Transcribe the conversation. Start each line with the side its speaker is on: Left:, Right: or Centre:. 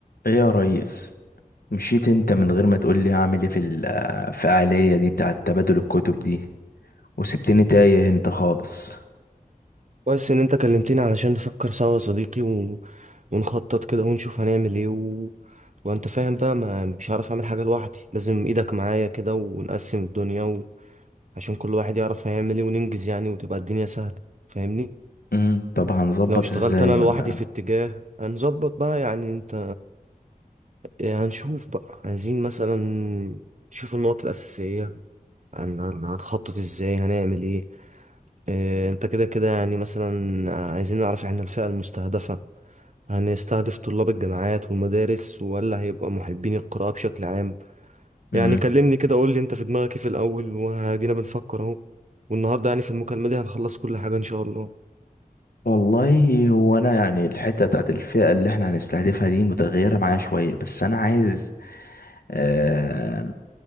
Left: ايه يا ريس مشيت انت من غير ما تقول لي هعمل ايه في الفعالية دي بتاعة تبادل الكتب دي وسبتني تايه انت خالص
Right: كويس ان انت كلمتني علشان نفكر سوا يا صديقي و... ونخطط كده ونشوف هنعمل ايه و... وانت فاهم بقى ما مش هعرف اعمل حاجة لوحدي لازم ايدك معايا كده ونقسم الدنيا و... عشان كل واحد يعرف هيعمل ايه وننجز يعني وتبقى الدنيا سهلة فاهمني
Left: امم طب هنظبط
Right: لو اشتغلت
Left: ازاي
Right: انا لوحدي
Left: ولا
Right: في اتجاه هنظبط بقى يعني انت إيه، هنشوف بقى عايزين مثلا نشوف النقط الأساسية هن- هن- هنخطط ازاي هنعمل ايه إيه، انت كده كده يعني مثلا عايزين نعرف احنا الفئة المستهدفة هنستهدف طلاب الجامعات والمدارس ولا هيبقى محبين القراءة بشكل عام
Left: امم
Right: يعني كلمني كده قول لي انت في دماغك ايه في الاول وهدينا بنفكر اهو والنهارده يعني في المكالمة دي هنخلص كل حاجة ان شاء الله
Left: والله هو انا يعني الحتة بتاعة الفئة اللي احنا هنستهدفها دي متغيرة معايا شوية بس انا عايز آه،